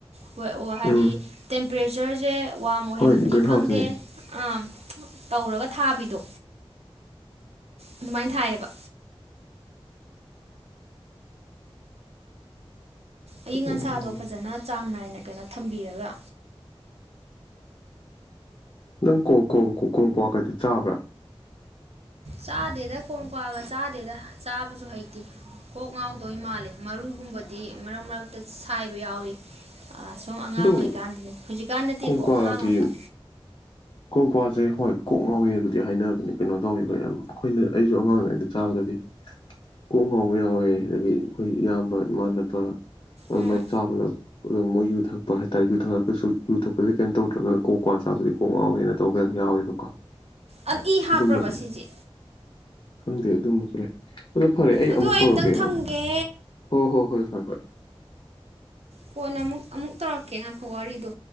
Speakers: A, on the right (about 90°); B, on the left (about 45°).
A: ꯍꯣꯏ ꯑꯣ ꯍꯥꯏꯗꯤ
B: ꯎꯝ
A: ꯇꯦꯝꯄ꯭ꯔꯦꯆ꯭ꯔꯁꯦ ꯋꯥꯔꯝ ꯑꯣꯏꯍꯟꯕꯅꯤ
B: ꯍꯣꯏ ꯒ꯭ꯔꯤꯟ ꯍꯥꯎꯁꯅꯦ
A: ꯈꯪꯗꯦ ꯑꯥꯝ ꯇꯧꯔꯒ ꯊꯥꯕꯤꯗꯣ ꯑꯗꯨꯃꯥꯏ ꯊꯥꯏꯌꯦꯕ ꯑꯏꯪ
B: ꯎꯝ
A: ꯑꯁꯥꯗꯣ
B: ꯎꯝ
A: ꯐꯖꯟꯅ ꯆꯥꯡ ꯅꯥꯏꯅ ꯀꯅꯣ ꯊꯝꯕꯤꯔꯒ
B: ꯅꯪ ꯀꯣꯡ ꯀꯣꯡ ꯀꯣꯡ ꯀꯣꯡ ꯀ꯭ꯋꯥ ꯀꯥꯏꯗꯤ ꯆꯥꯕ꯭ꯔꯥ
A: ꯆꯥꯗꯦꯗ ꯀꯣꯡꯀ꯭ꯋꯥꯒ ꯆꯥꯗꯦꯗ ꯆꯥꯕꯁꯨ ꯍꯩꯇꯦ ꯀꯣꯛ ꯉꯥꯎꯗꯣꯏ ꯃꯥꯜꯂꯦ ꯃꯔꯨꯒꯨꯝꯕꯗꯤ ꯃꯔꯛ ꯃꯔꯛꯇ ꯁꯥꯏꯕ ꯌꯥꯎꯏ ꯑꯥ ꯁꯨꯝ ꯑꯉꯥꯡ
B: ꯑꯗꯣ
A: ꯑꯣꯏꯔꯤꯀꯥꯟꯗꯅꯦ ꯍꯧꯖꯤꯛꯀꯥꯟ ꯅꯠꯇꯦꯀꯣ
B: ꯀꯣꯡꯀ꯭ꯋꯥꯒꯤ
A: ꯑꯉꯥꯡ ꯑꯣꯏꯔꯤ ꯀꯥ
B: ꯀꯣꯡꯀ꯭ꯋꯥꯁꯦ ꯍꯣꯏ ꯀꯣꯛ ꯉꯥꯎꯋꯦꯕꯨꯗꯤ ꯍꯥꯏꯅꯕꯅꯦ ꯀꯩꯅꯣ ꯇꯧꯋꯤ ꯑꯣꯏ ꯑ ꯑꯈꯣꯏꯅ ꯑꯩꯁꯨ ꯑꯉꯥꯡ ꯑꯣꯏꯉꯥꯏꯗ ꯆꯥꯕꯗ ꯀꯣꯛ ꯉꯥꯎꯕ ꯌꯥꯎꯋꯦ ꯑꯗꯤ ꯑꯈꯣꯏ ꯏꯌꯥꯝꯕ ꯏꯃꯥꯟꯅꯕ ꯍꯣꯏ
A: ꯎꯝ
B: ꯑꯃꯥꯏ ꯆꯥꯕꯗ ꯑꯗꯣ ꯃꯣꯏ ꯌꯨ ꯊꯛꯄ ꯍꯥꯏꯇꯥꯔꯦ ꯌꯨ ꯊꯛꯑꯁꯨ ꯌꯨ ꯊꯛꯄꯗꯤ ꯀꯩꯝ ꯇꯧꯗ꯭ꯔꯒ ꯀꯣꯡ ꯀ꯭ꯋꯥ ꯆꯥꯕꯗꯤ ꯀꯣꯡ ꯉꯥꯎꯒꯦꯅ ꯇꯧꯕ ꯌꯥꯝ ꯌꯥꯎꯋꯦꯕꯀꯣ
A: ꯑꯥ ꯏ ꯍꯥꯥꯞꯄ꯭ꯔꯕ
B: ꯑꯗꯨꯝꯕꯁꯨ
A: ꯁꯤꯖꯦ
B: ꯈꯪꯗꯦ ꯑꯗꯨꯝꯕꯁꯨ ꯂꯩ ꯑꯗꯣ ꯐꯔꯦ ꯑꯩ
A: ꯑꯗꯣ
B: ꯑꯃꯨꯛ ꯇꯧꯔꯛꯀꯦ
A: ꯑꯝꯇꯪ ꯊꯝꯒꯦ
B: ꯉꯥꯛ ꯍꯣ ꯍꯣꯏ ꯍꯣꯏ ꯐꯔꯦ ꯐꯔꯦ
A: ꯀꯣꯟꯅ ꯑꯃꯨꯛ ꯑꯃꯨꯛ ꯇꯧꯔꯛꯀꯦ ꯉꯥꯏꯈꯣ ꯋꯥꯔꯤꯗꯨ